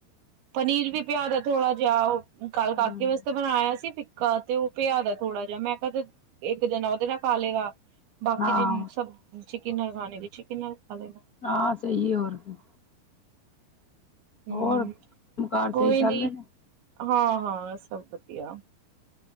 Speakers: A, on the right; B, on the left.
A: ਪਨੀਰ ਵੀ ਪਿਆਦਾ ਥੋੜਾ ਜਿਆ ਓ ਕੱਲ ਕਾ
B: ਹੂੰ।
A: ਕੇ ਵਾਸਤੇ ਬਣਾਇਆ ਸੀ ਫਿੱਕਾ ਤੇ ਓ ਪਿਆ ਦਾ ਥੋੜਾ ਜਿਆ ਮੈਂ ਕਿਆ ਇੱਕ ਜਨਾ ਓਦੇ ਨਾਲ ਖਾ ਲੇਗਾ। ਬਾਕੀ
B: ਹਾਂ
A: ਜਿਨ ਸਬ ਚਿਕਨ ਨਾਲ ਖਾਣੇ ਵੀ ਚਿਕਨ ਨਾਲ ਖਾ ਲੇਗਾ।
B: ਹਾਂ ਸਈ ਹੋਰ ਕੀ
A: ਹੂੰ
B: ਹੋਰ ਕੰਮ ਕਾਰ
A: ਕੋਈ
B: ਸਹੀ ਚੱਲ
A: ਨੀ
B: ਰਹੇ ਨੇ
A: ਹਾਂ-ਹਾਂ ਸਬ ਵਦੀਆ।